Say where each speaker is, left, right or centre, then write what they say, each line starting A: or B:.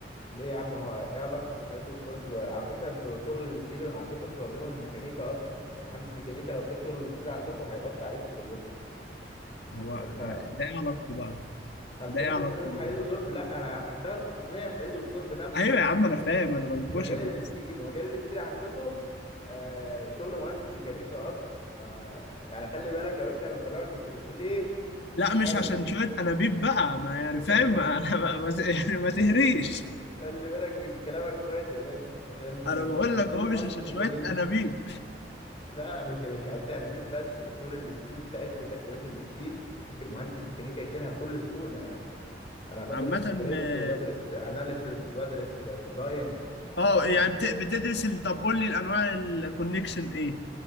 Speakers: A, on the left (about 30°); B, on the left (about 70°).
A: ليه يا عم هو ايه علاقة الحديد والصلب على فكرة انتوا شغل الستيل عندكم انتوا واخدينه من الميكانيكا اصلا يعني مهندس ميكانيكا لو شال شغل الستيل عندكم هيغطي عليكم كلكم
B: هو
A: فانت
B: ده ايه علاقته بقى
A: اصل
B: ده
A: انت
B: ايه علاقته
A: بتقول
B: بقى؟
A: حديد وصلب لا انا هشتغل في تصنيع الحديد والصلب نفسه
B: ايوه يا عم انا فاهم انا
A: مش
B: بنكشك
A: في مجال
B: بس
A: الستيل ومجال الستيل عندكم آه شغل مهندس ميكانيكا اصلا ف يعني خلي بالك يا باشا من كلامك انت بتقول ايه
B: لا مش
A: كويس
B: عشان شوية أنابيب بقى ما يعني فاهم
A: <laughs>
B: ما ما- ما- يعني ما تهريش
A: خلي بالك من كلامك كويس يا باشا عشان
B: أنا بقول
A: تتكلم
B: لك هو مش
A: مهندس
B: عشان شوية
A: ميكانيكا
B: أنابيب
A: لا مش مش قد انابيب بس شغل الستيل بتاعتكم وتركيبات الستيل ممكن مهندس ميكانيكا يشيلها بكل سهوله يعني انا بدرس
B: عامة
A: ستريس
B: آه
A: وبدرس اناليسز وبدرس ديزاين
B: آه،
A: فاهم
B: يعني بت- بتدرس ال- طب قول لي الأنواع الكونكشن إيه؟